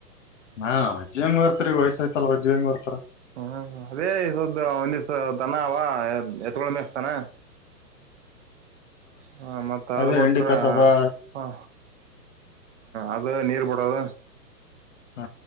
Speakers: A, on the left; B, on the right.
A: ಹಾ ವಜ್ಜಂಗ ಬರ್ತರಿ ವಯಸ್ಸಾಯ್ತಲ್ಲ ವಜ್ಜ ಹೆಂಗ್ ಬರ್ತಾರ
B: ಹ್ಮ್ ಅದೇದ ಒಂದಿವ್ಸ ತನ ಅವ ಎತ್ಕೊಳ ಮೆಸ್ತಾನ ಹ ಮತ್ತ ಅದ್
A: ಅದೇ
B: ಬಿಟ್ರ
A: ಎಂಡಿ ಕಸಬ
B: ಹ್ಮ ಅದ ನೀರ್ ಬಿಡೋದು
A: ಹ